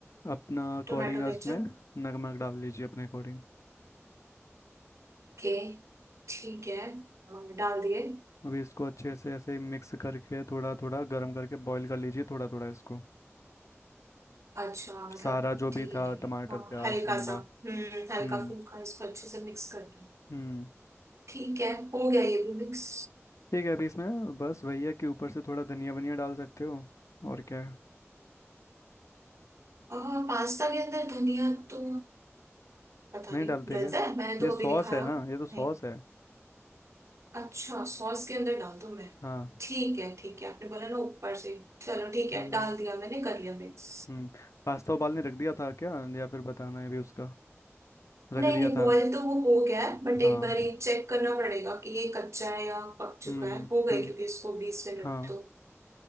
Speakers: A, on the left (about 75°); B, on the right (about 70°).
A: अपना अकॉर्डिंग
B: टोमेटो
A: उसमें
B: केचप
A: नमक डाल लीजिए अपने अकॉर्डिंग
B: के ठीक है और डाल दिए
A: अभी इसको अच्छे से ऐसे ही मिक्स करके थोड़ा थोड़ा गर्म करके बॉईल कर लीजिए थोड़ा थोड़ा इसको
B: अच्छा मतलब
A: सारा जो भी
B: ठीक
A: था
B: है ठीक है
A: टमाटर
B: हाँ
A: प्याज
B: हल्का
A: शिमला
B: सा हम्म
A: हम्म
B: हल्का फुल्का इसको अच्छे से मिक्स करना है
A: हम्म
B: ठीक है हो गया ये भी मिक्स
A: ठीक है अभी इसमें बस भैया के ऊपर से थोड़ा धनिया वनिया डाल सकते हो और क्या है?
B: और पास्ता के अंदर धनिया तो पता
A: नहीं
B: नहीं
A: डालते
B: डलता
A: क्या
B: है मैंने तो
A: ये सॉस
B: कभी नहीं खाया
A: है ना ये तो सॉस
B: नहीं
A: है
B: अच्छा सॉस के अंदर डाल दूं मैं
A: हाँ
B: ठीक है ठीक है आपने बोला ना ऊपर से चलो ठीक
A: हम्म
B: है डाल दिया मैंने कर लिया मिक्स
A: हम्म पास्ता उबालने रख दिया था क्या या फिर बताना है भी उसका रख
B: नहीं
A: दिया
B: नहीं
A: था
B: बॉयल तो वो हो गया है बट
A: हाँ
B: एक बार ये चेक करना पड़ेगा कि ये कच्चा है या पक चुका
A: हम्म
B: है हो गए
A: हम्म
B: क्योंकि इसको बीस मिनट
A: हाँ
B: तो